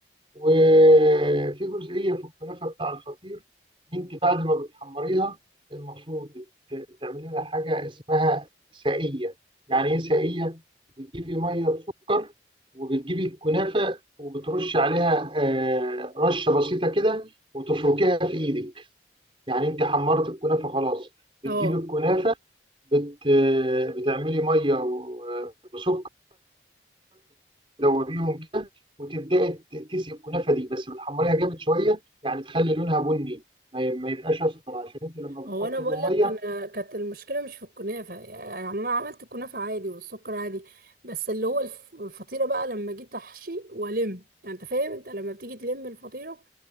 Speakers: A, on the right (about 30°); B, on the right (about 55°).
A: وفي جزئية في الكنافة بتاع الفطير انت بعد ما بتحمريها المفروض بت- بتعملي لها حاجة اسمها سائية يعني ايه سائية بتجيبي مية بسكر وبتجيبي الكنافة وبترش عليها آه، رشة بسيطة كده وتفركيها في ايدك يعني انت حمرت الكنافة خلاص
B: اه
A: بتجيبي الكنافة بت... بتعملي ميه و- وسكر تدوبيهم كده وتبداي ت- تسقي الكنافه دي بس بتحمريها جامد شويه يعني تخلي لونها بني ما ي- ما يبقاش اصفر عشان انت لما بتحطي
B: هو انا بقول
A: له ميه
B: لك انا كانت المشكله مش في الكنافه يعني انا عملت الكنافه عادي والسكر عادي بس اللي هو الف- الفطيره بقى لما جيت احشي والم يعني انت فاهم انت لما بتيجي تلم الفطيره